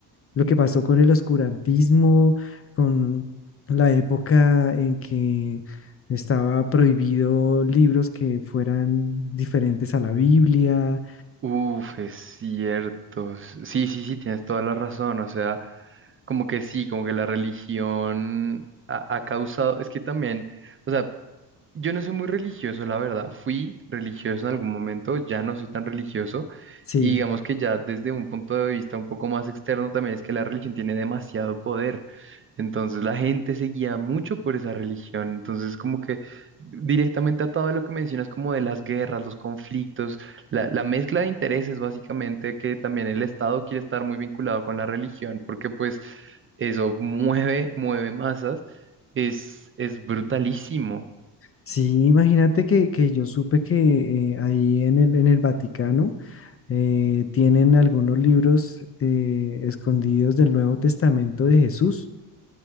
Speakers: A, on the left; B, on the right.
A: Lo que pasó con el oscurantismo, con la época en que estaba prohibido libros que fueran diferentes a la Biblia.
B: Uf, es cierto. S- Sí, sí, sí, tienes toda la razón. O sea, como que sí, como que la religión ha, ha causado, es que también, o sea, yo no soy muy religioso, la verdad. Fui religioso en algún momento, ya no soy tan religioso.
A: Sí,
B: Y digamos que ya desde un punto de vista un poco más externo también es que la religión tiene demasiado poder. Entonces la gente se guía mucho por esa religión. Entonces como que directamente atado a lo que mencionas como de las guerras, los conflictos, la, la mezcla de intereses básicamente que también el Estado quiere estar muy vinculado con la religión porque pues eso mueve, mueve masas. Es, es brutalísimo.
A: sí, imagínate que, que yo supe que eh, ahí en el, en el Vaticano eh, tienen algunos libros eh, escondidos del Nuevo Testamento de Jesús.